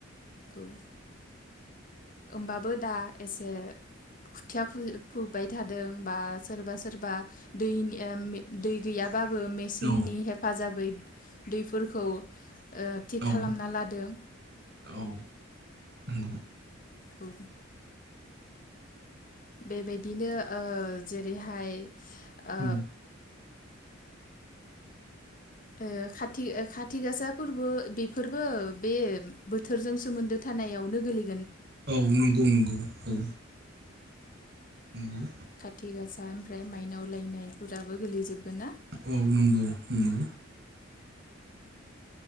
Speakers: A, on the left; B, on the right.
A: औ होमबाबो दा एसे खुथिया फुबाय थादों बा सोरबा सोरबा दैनि दै गैयबाबो मेचिननि
B: औ
A: हेफाजाबै दै फोरखौ ओ थि
B: औ
A: खालामना लादों।
B: औ नंगौ।
A: थ बेबायदिनो ओ जेरैहाय ओ
B: औ
A: ओ खाथि गासा फोरबो बेफोरबो बे बोथोरजों सोमोन्दो थानायावनो गोलै
B: औ नंगौ नंगौ औ। नंगौ।
A: खाथिगासा ओमफ्राय मायनाव लायनायफोराबो गोलै जोबगोन ना?
B: औ नंगौ नंगौ।